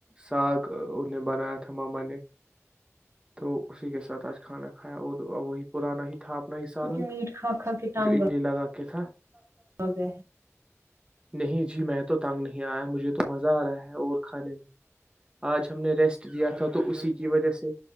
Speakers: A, on the right; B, on the right.
A: ساگ انہیں بنایا تھا ماما نے تو اسی کے ساتھ آج کھانا کھایا اور وہی پرانا ہی تھا اپنا ہی سالن
B: کیونکہ میٹ کھا کھا کے ٹانگ
A: جو املی لگا کے <unintelligible>
B: آ گئے ہیں
A: نہیں جی میں تو تنگ نہیں آیا مجھے تو مزہ آ رہا ہے اور کھانے میں آج ہم نے ریسٹ دیا تھا تو اسی کی وجہ سے